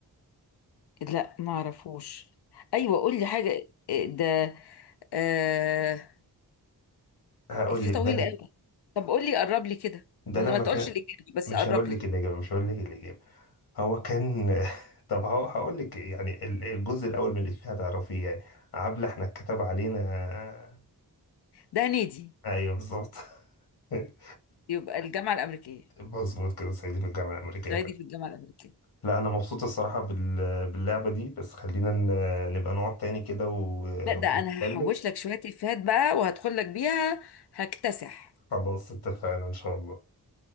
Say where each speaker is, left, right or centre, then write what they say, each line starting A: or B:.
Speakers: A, on the left; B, on the left.
A: لا ما اعرفوش ايوه قول لي حاجه إيه ده آه
B: هقول
A: في
B: لك
A: طويل
B: ده
A: قوي طب قول لي قرب لي كده
B: ده
A: من-
B: لما
A: ما تقولش
B: كان
A: الاجابه بس
B: مش
A: قرب
B: هقول
A: لي
B: لك الإجابة مش هقول لك الإجابة هو كان <laughs> طب هو هقول لك يعني ال- الجزء الأول من الإفيه هتعرفيه يعني عبلة احنا اتكتب علينا آه،
A: ده نادي
B: ايوه بالظبط <laughs>
A: يبقى الجامعه الامريكيه
B: مظبوط كده صعيدي في الجامعة الأمريكية
A: صعيدي في الجامعه الامريكيه
B: لا انا مبسوط الصراحه بال... باللعبه دي بس خلينا ن- نبقى نقعد تاني كده و...
A: لا ده
B: ونتكلم
A: انا هحوش لك شوية افيهات بقى وهدخل لك بيها هكتسح
B: خلاص اتفقنا ان شاء الله